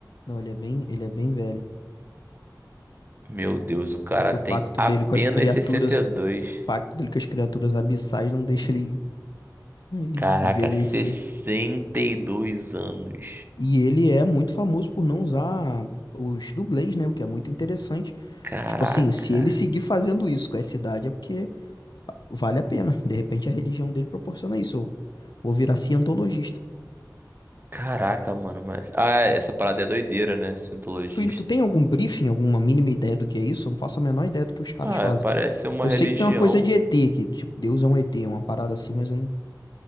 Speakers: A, on the left; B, on the right.
A: Não, ele é bem, ele é bem velho.
B: Meu Deus, o cara
A: É que
B: tem
A: o pacto
B: apenas
A: dele com as criaturas,
B: sessenta e
A: o
B: dois
A: pacto dele com as criaturas abissais não deixa ele, ele
B: Caraca,
A: envelhecer.
B: 62 anos.
A: E ele é muito famoso por não usar os dublês, né? O que é muito interessante.
B: Caraca.
A: Tipo assim, se ele seguir fazendo isso com essa idade, é porque vale a pena. De repente a religião dele proporciona isso. Eu vou virar cientologista.
B: Caraca, mano, mas. Ah, é, essa parada é doideira, né? Cientologista.
A: Tu, tu tem algum briefing, alguma mínima ideia do que é isso? Eu não faço a menor ideia do que os caras
B: Ah,
A: fazem.
B: é, parece ser uma
A: Eu
B: religião.
A: sei que tem uma coisa de ET, que tipo, Deus é um ET, uma parada assim, mas eu não. <laughs>